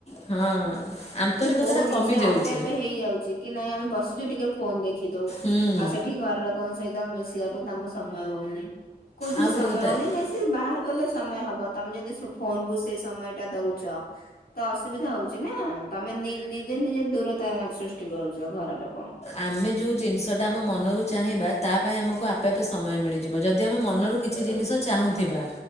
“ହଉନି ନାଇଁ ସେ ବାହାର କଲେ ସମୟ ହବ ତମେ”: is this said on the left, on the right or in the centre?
Left